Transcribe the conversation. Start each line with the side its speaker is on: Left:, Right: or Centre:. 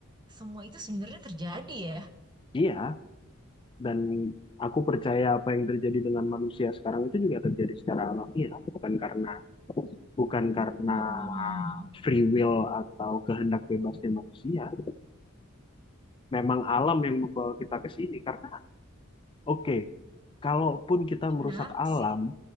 Right: semua itu sebenarnya terjadi ya
Left: iya dan aku percaya apa yang terjadi dengan manusia sekarang itu juga terjadi secara alamiah bukan karena bukan
Right: Hmm,
Left: karena free will atau kehendak bebasnya manusia memang alam yang membawa kita ke sini karena oke kalaupun kita
Right: itu
Left: merusak
Right: menarik
Left: alam
Right: sih.